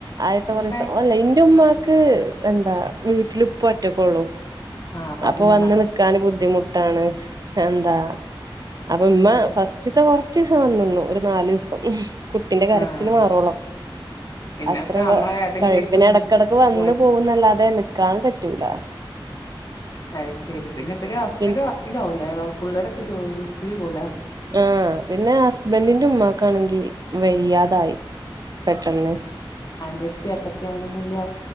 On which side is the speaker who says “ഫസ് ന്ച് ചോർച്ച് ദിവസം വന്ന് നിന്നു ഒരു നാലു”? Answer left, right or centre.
Right